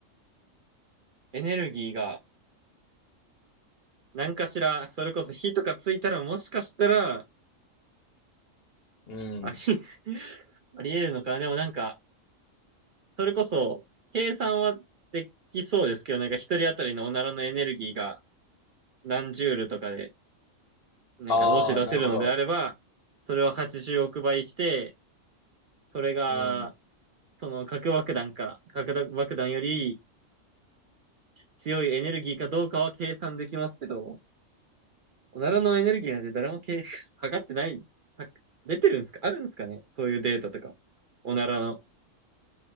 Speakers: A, on the right; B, on the left.
A: エネルギーが、何かしら、それこそ火とかついたらもしかしたら、
B: うん。
A: あり、<laughs> あり得るのかな。でもなんか、それこそ、計算はできそうですけど、なんか一人当たりのおならのエネルギーが何ジュールとかで、なんかもし出せるのであれば、
B: ああ、なるほど。
A: それを80億倍して、それが
B: うん。
A: その核爆弾か、核爆弾より強いエネルギーかどうかは計算できますけど、おならのエネルギーなんて誰も計 <laughs> 測ってない。は出てるんですかあるんですかねそういうデータとか。おならの。